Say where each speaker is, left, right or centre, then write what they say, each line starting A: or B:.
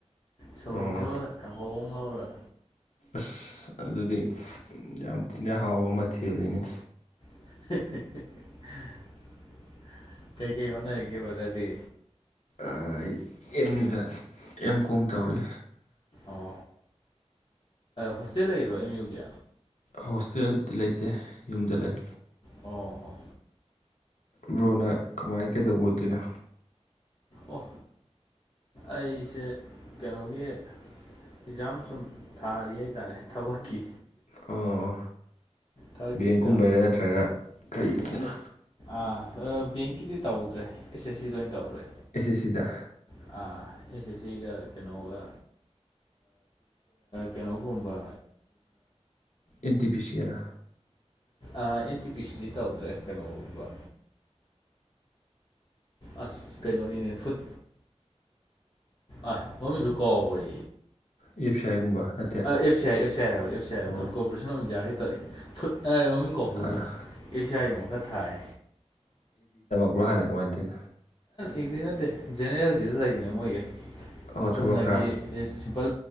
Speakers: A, on the left; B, on the left.
A: ꯁꯣꯏꯕꯨꯝ
B: ꯑꯣ
A: ꯏꯔꯣꯜꯗ ꯀꯥꯡꯍꯧ ꯃꯉꯔ
B: ꯑꯁ ꯑꯗꯨꯗꯤ ꯌꯥꯝ ꯊꯤꯅ ꯍꯥꯎꯕ ꯃꯊꯦꯜꯜꯂꯤꯅꯦ
A: <inaudible> ꯀꯩ ꯀꯩ ꯍꯣꯅ ꯌꯦꯒꯦꯕꯗꯤ
B: ꯑꯩ ꯑꯦꯝ ꯌꯨꯗ ꯑꯦꯝ ꯀꯣꯝ ꯇꯧꯔꯤ
A: ꯑꯣ ꯍꯣꯁꯇꯦꯜ ꯂꯩꯔꯣ ꯑꯦꯝ ꯌꯨꯒꯤ
B: ꯍꯣꯁꯇꯦꯜꯗꯤ ꯂꯩꯇꯦ ꯌꯨꯝꯗ ꯂꯩ
A: ꯑꯣ ꯑꯣ
B: ꯕ꯭ꯔꯣꯅ ꯀꯃꯥꯏ ꯀꯩꯗꯧꯕ ꯑꯣꯏꯗꯣꯏꯅꯣ
A: ꯑꯣ ꯑꯩꯁꯦ ꯀꯩꯅꯣꯒꯤ ꯑꯦꯛꯖꯥꯝ ꯁꯨꯝ ꯊꯥꯔꯤ ꯍꯥꯏꯇꯥꯔꯦ ꯊꯕꯛꯀꯤ
B: ꯑꯣ
A: ꯊꯕꯛꯀꯤ
B: ꯕꯦꯡꯀꯨꯝꯕꯩꯗ
A: ꯑꯦꯛꯖꯥꯝ ꯁꯨꯝ
B: ꯅꯠꯇ꯭ꯔꯒ ꯀꯩꯗꯅꯣ
A: ꯑꯥ ꯕꯦꯡꯀꯤꯗꯤ ꯇꯧꯗ꯭ꯔꯦ ꯑꯦꯁ ꯑꯦꯁ ꯁꯤ ꯂꯣꯏꯅ ꯇꯧꯔꯦ
B: ꯑꯩꯁꯦ ꯁꯤꯗ
A: ꯑꯥ ꯑꯦꯁ ꯑꯦꯁ ꯁꯤꯒ ꯀꯩꯅꯣꯒ ꯀꯩꯅꯣꯒꯨꯝꯕ
B: ꯏꯟꯇ ꯄꯤꯁꯤꯔꯥ
A: ꯑꯦꯟꯇꯤ ꯄꯤ ꯁꯤꯗꯤ ꯇꯧꯗ꯭ꯔꯦ ꯀꯩꯅꯣꯒꯕ ꯑꯁ ꯀꯩꯅꯣꯅꯤꯅꯦ ꯐꯨꯠ ꯑ ꯃꯃꯤꯡꯗꯨ ꯀꯥꯎꯈꯔ
B: ꯑꯦ ꯄꯤ ꯁꯤ ꯑꯥꯏꯒꯨꯝꯕ ꯅꯠꯇꯦ
A: ꯑ ꯑꯦꯐ ꯁꯤ ꯑꯦ ꯑꯦ
B: ꯑꯣ
A: ꯐꯨ ꯀꯣꯔꯣꯄꯣꯔꯁ ꯐꯨꯠ ꯍꯥꯏꯔꯦ ꯃꯃꯤꯡ ꯀꯣꯛꯗ
B: ꯑꯥ,
A: ꯑꯦꯁꯤꯌꯥꯒꯨꯝꯕ ꯈꯔ ꯊꯥꯏ
B: ꯕꯨꯣ ꯍꯥꯏꯅ ꯀꯃꯥꯏꯅ ꯇꯧꯅꯣ
A: ꯏꯒ꯭ꯔꯤ ꯅꯠꯇꯦ ꯖꯦꯅꯦꯔꯦꯜꯒꯤꯗ ꯂꯩꯕꯅꯦ ꯃꯣꯏꯒꯤ
B: ꯑꯣ
A: ꯆꯨꯝꯅꯒꯤ
B: ꯊꯕꯛ ꯈꯔ
A: ꯄꯄꯜ